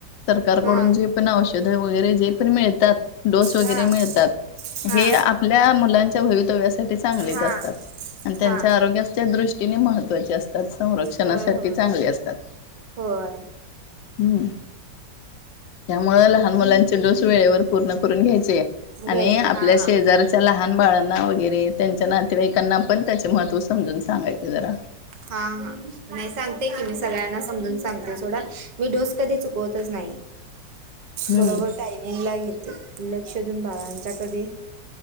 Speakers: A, on the left (about 85°); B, on the right (about 40°).
A: सरकारकडून
B: हा
A: जे पण औषध वगैरे जे पण मिळतात, डोस वगैरे
B: हा
A: मिळतात,
B: हा
A: हे आपल्या मुलांच्या भवितव्या सा तर ते चांगलीच
B: हा
A: असतात अन त्यांच्या
B: हा
A: आरोग्याच्या दृष्टीने महत्वाचे असतात सवरक्षणासाठी
B: होय होय
A: <unintelligible>
B: होय
A: हम् त्यामुळं लहान मुलांचे डोस वेळेवर पूर्ण करून घ्याय चे
B: घ्यायची
A: आणि आपल्या
B: हा
A: शेजार
B: हा
A: च्या लहान बाळांना वगैरे त्यांच्या नातेवाईकांना पण त्याचे महत्त्व समजून सांगाय जरा.
B: हा हा नाही सांगते की मी सगळ्यांना समजून सांगते सोडा. मी डोस कधी चुकवतच नाही
A: हम्म
B: बरोबरं टायमिंग ला घेते लक्ष देऊन बाळाच्या कधे